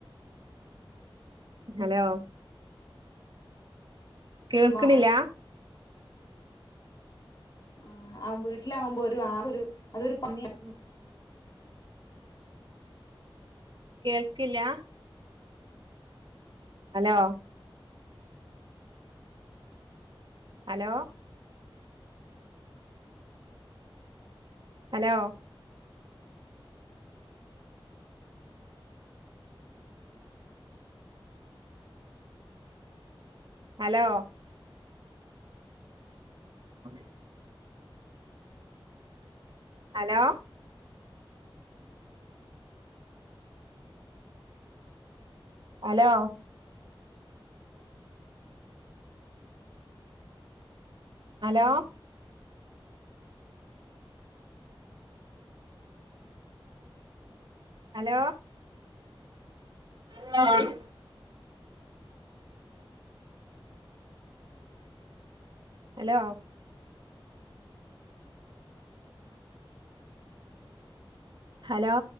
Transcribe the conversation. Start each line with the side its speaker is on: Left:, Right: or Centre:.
Right: ഹലോ കേൾക്ക്ണില്ലാ
Left: വാ- ആ അവ വീട്ടിലാകുമ്പോ ഒരു ആ ഒരു അതൊരു പന്നിയ
Right: കേൾക്കില്ല ഹലോ ഹലോ ഹലോ ഹലോ അതെ hello hello hello hello <unintelligible> hello hello